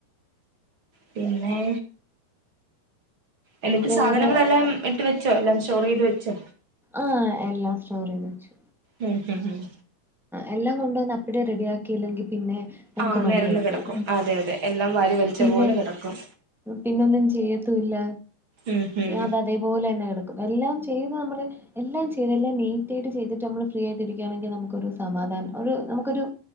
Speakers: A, on the right; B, in the centre.
A: പിന്നേ എന്നിട്ട്
B: വേറെ
A: സാധനങ്ങളെല്ലാം ഇട്ട് വെച്ചോ എല്ലാം റ്റോറ് ചെയ്ത് വെച്ചോ
B: ആഹ് എല്ലാം സ്റ്റോറ് ചെയ്തു വെച്ചു
A: ഉം ഉം ഉം
B: എല്ലാം കൊണ്ട് വന്ന് അപ്പഴേ റെഡിയാക്കിയില്ലെങ്കിൽ പിന്നെ നമുക്ക്
A: ആഹ്
B: മടിയായി
A: നെരന്ന് കിടക്കും
B: പോകും
A: അതെ അതെ എല്ലാം വാരി വലിച്ച
B: പിന്നെ
A: പോലെ കിടക്കും
B: പിന്നൊന്നും ചെയ്യത്തുല്ല
A: ഉം ഉം
B: അത് അതേപോലെ തന്നെ കിടക്കും എല്ലാം ചെയ്ത് നമ്മള് എല്ലാം ചെയ്ത് എല്ലാം നീറ്റാ ട്ട് നമ്മള് ഫ്രീ ആയിട്ട് ഇരിക്കുവാണെങ്കിൽ നമ്മക്ക് ഒരു സമാധാനം ഒരു നമുക്കൊരു